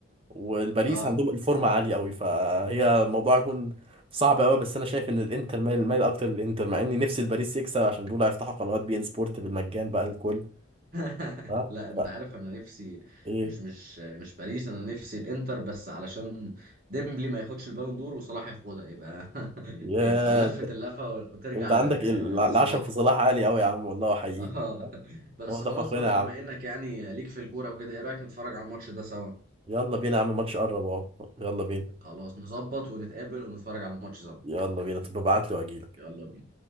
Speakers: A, on the right; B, on the right.
A: والباريس
B: اه
A: عندهم الفورمه عاليه قوي فهي الموضوع يكون صعب قوي بس انا شايف ان الانتر مايل مايل اكتر للانتر مع اني نفسي الباريس يكسب عشان دول هيفتحوا قنوات بي ان سبورت بالمجان بقى الكل
B: <laughs>
A: ها
B: لا انت
A: ف...
B: عارف انا نفسي
A: ايه
B: مش مش مش باريس انا نفسي الانتر بس علشان ديمبلي ما ياخدش البالون دور وصلاح ياخدها يبقى <laughs>
A: يا
B: يبقى لفة اللفة وترجع
A: انت عندك
B: ل-
A: ال- العشم
B: لصلاح
A: في صلاح عالي قوي يا عم والله احييك
B: <laughs> اه بس
A: هو ده
B: خلاص
A: فخرنا
B: بقى بما
A: يا عم
B: انك يعني ليك في الكورة وكده ايه رأيك نتفرج على الماتش ده سوا
A: يلا بينا يا عم الماتش قرب اهو يلا بينا
B: خلاص نظبط ونتقابل ونتفرج على الماتش سوا
A: يلا بينا طب ابعت لي واجيلك
B: يلا بينا